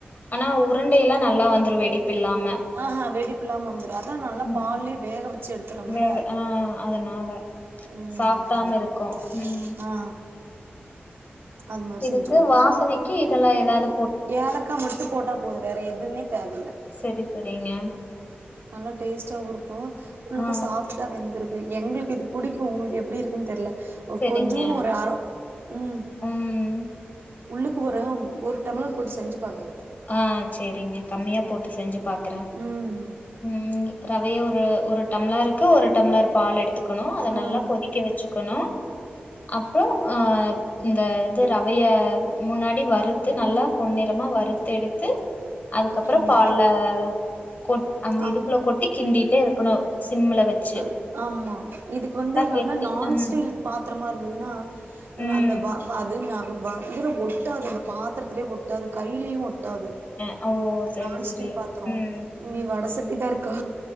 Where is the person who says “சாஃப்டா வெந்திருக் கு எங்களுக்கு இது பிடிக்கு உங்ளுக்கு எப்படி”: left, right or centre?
Right